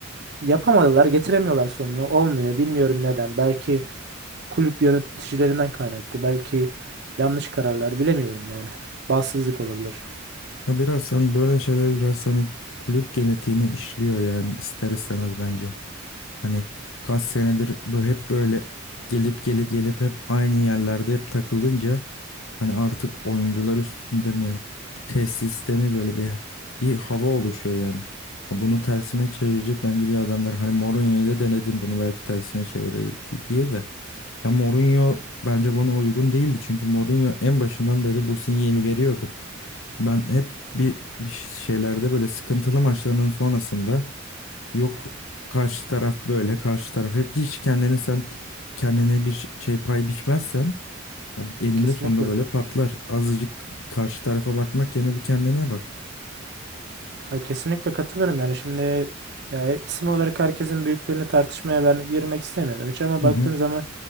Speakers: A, on the right (about 55°); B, on the left (about 85°).
A: yapamadılar, getiremiyorlar sonunu. Olmuyor. Bilmiyorum neden. Belki kulüp yöneticilerinden kaynaklı. Belki yanlış kararlar bilemiyorum yani. Bağımsızlık olabilir.
B: Ya Biraz hani böyle şeyler biraz hani kulüp genetiğine işliyor yani ister istemez bence. Hani kaç senedir bu hep böyle gelip gelip gelip hep aynı yerlerde hep takılınca hani artık oyuncular üstünde mi tesiste mi böyle bir bir hava oluşuyor yani. Ha, Bunu tersine çevirecek bence bir adamlar. Hani Mourinho ile denedim bunu belki tersine çevirir di- diye de. Ya Mourinho bence buna uygun değildi. Çünkü Mourinho en başından beri bu sinyali veriyordu. Ben hep bir, bir şeylerde böyle sıkıntılı maçlarının sonrasında yok karşı taraf böyle karşı taraf hep hiç kendini sen kendine bir şey pay biçmezsen ya eninde
A: Kesinlikle.
B: sonunda böyle patlar. Azıcık karşı tarafa bakmak yerine bir kendine bak.
A: Ha, kesinlikle katılıyorum yani şimdi ya isim olarak herkesin büyüklüğünü tartışmaya ben girmek istemiyorum hiç ama
B: Hı
A: baktığın
B: hı.
A: zaman